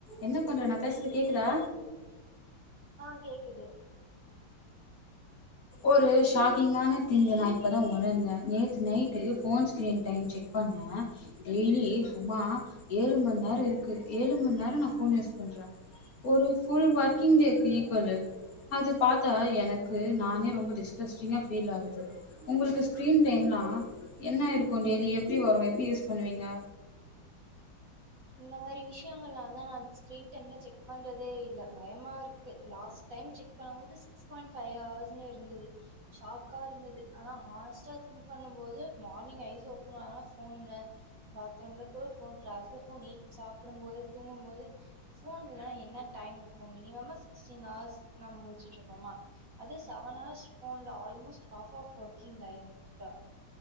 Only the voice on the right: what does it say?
ஆ கேக்குது
இந்த மாதிரி விஷயங்களாலதா நா ஸ்கிரீன் டைம்லா செக் பண்றதே இல்ல பயமா இருக்கு லாஸ்ட் டைம் செக் பண்ணும்போது சிக்ஸ் பாய்ண்ட் ஃபைவ் ஹவர்ஸ்னு இருந்தது ஷாக்கா இருந்தது ஆனா ஹானஸ்ட்டா திங்க் பண்ணும்போது மார்னிங் ஐஸ் ஓப்பன் ஆனா ஃபோன்ல பாத்ரூம்ல கூட ஃபோன் க்ளாஸ்ல ஃபோன் நைட் சாப்புடும்போது தூங்கும்போது ஃபோன்ல என்ன டைம் இருக்கு மினிம்மமா சிக்ஸ்டீன் ஹார்ஸ் நம்ம முழிச்சிட்ருப்போமா அது செவன் ஹார்ஸ் ஃபோன்ல almost half half working line extra